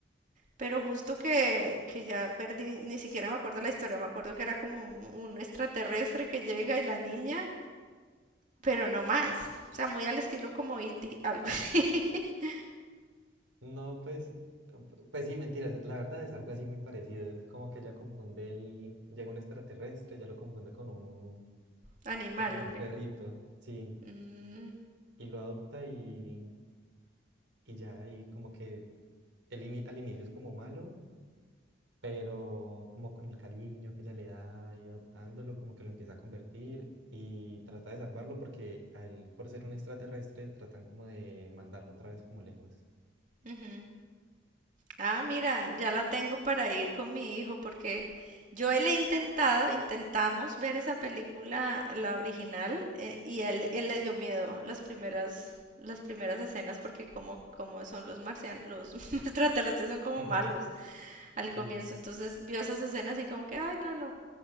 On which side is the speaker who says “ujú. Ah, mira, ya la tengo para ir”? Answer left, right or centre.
Right